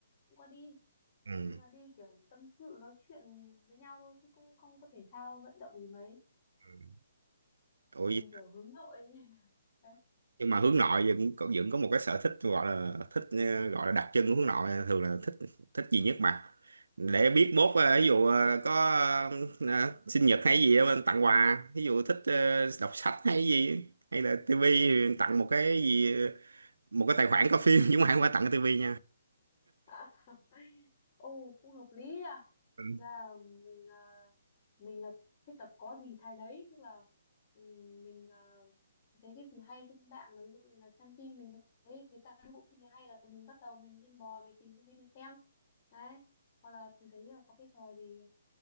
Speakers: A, on the left; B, on the right.
A: cũng có đi
B: ừ.
A: nhưng mà đi kiểu tâm sự nói chuyện với nhau thôi chứ cũng không có thể thao vận động gì mấy
B: ừ. Ủa,
A: mình kiểu hướng nội <laughs> đấy
B: nhưng mà hướng nội vẫn cũng vẫn có một cái sở thích gọi là thích ờ, gọi là đặc trưng của hướng nội thường là thích thích gì nhất mà để biết mốt ờ, ví dụ ờ, có ờ, sinh nhật hay gì á, mình tặng quà ví dụ thích ờ, đọc sách hay gì hay là tivi tặng một cái gì một cái tài khoản có phim <laughs> chứ không phải không phải tặng cái tivi nha
A: <laughs> Ồ cũng hợp lý nha.
B: Ừ.
A: ra là mình à, mình là thích là có gì thay nấy tức là ừm, mình à, thấy cái gì hay trên mạng là ví dụ như là xem phim mình thấy người ta cái bộ phim này hay là mình bắt đầu mình đi mò mình tìm phim đấy mình xem đấy hoặc là mình thấy là có cái trò gì